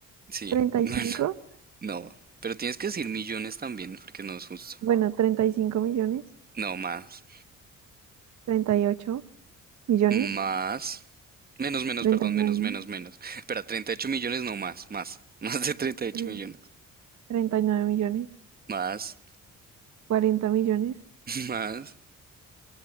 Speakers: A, on the right (about 30°); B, on the right (about 65°).
A: Sí,
B: treinta
A: <laughs> no,
B: y cinco
A: no, no. Pero tienes que decir millones también, porque no es justo.
B: bueno, 35 millones,
A: No, más.
B: 38 millones,
A: Más. Menos, menos,
B: 39,
A: perdón, menos, menos, menos. Espera, 38 millones, no más, más. <laughs> Más de 38
B: nueve
A: millones.
B: tre- 39 millones,
A: Más,
B: cuarenta millones,
A: <laughs> más.